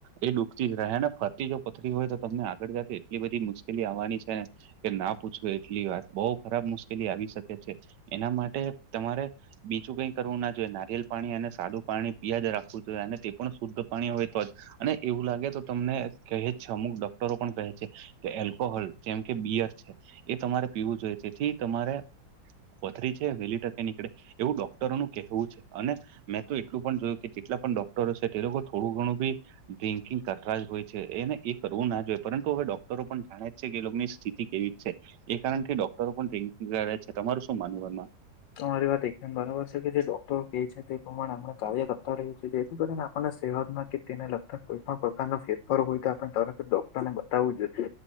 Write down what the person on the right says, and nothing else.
એ દુઃખતી જ રહેને ફરતી જો પથરી હોય તો તમને આગળ જ એટલી બધી મુશ્કેલી આવવાની છે. કે ના પૂછવ એટલી વાત બહ ખરાબ મુશ્કેલી આવી શકે છે એના માટે તમારે બીજું કઈ કરવું ના જોઈએ નારિયલ પાણી અને સાદું પાણી પીજ રાખવું જોઈએ અને પણ શુદ્ધ પાણી હોય તો જ અને એવું લાગે તો તમને કહે છે અમુક ડોક્ટરો પણ કહે છે કે એલ્કોહોલ જેમ કે બિયર છે. એ તમારે પીવું જોઈએ તેથી તમારે. પથરી છે વહેલી તકે નીકળે એવું ડોક્ટરો નું કહેવું છે અને મેં તો એટલું પણ જોયું કે જેટલા પણ ડોક્ટરો છે તે લોકો થોડું ઘણું બી ડ્રિકિંગ કરતા જ હોય. એને એ કરવું ના જોઈએ પરંતુ હવે ડોક્ટરો પણ જાણે જ છે કે એ લોકોની સ્થિતિ કેવી છે. એ કારણ કે ડોક્ટરો પણ ટ્યા છે તમારું શું માનવું એમાં.